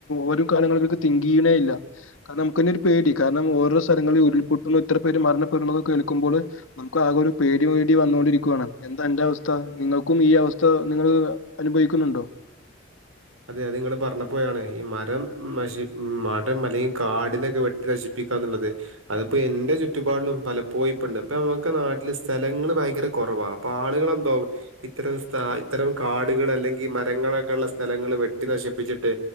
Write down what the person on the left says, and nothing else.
ഓരോ കാലങ്ങളർക്ക് തിങ്ക ചെയേ ഇല്ല കാരണം നമുക്ക് ഒരു പേടി കാരണം ഓരോ സ്ഥലങ്ങളും ഉരുൾപൊട്ട ഇത്ര പേര് മരണപ്പെടുന്നതൊെ നുമ്പോൾ നമുക്ക് ആകെ ഒരു പേടി പേടി വന്നൊണ്ടിരിക്കുവയാണ് എന്താ എന്റെ അവസ്ഥ നിങ്ങൾക്കും ഈ അവസ്ഥ നിങ്ങൾ അനുഭവിക്കുന്നുണ്ടോ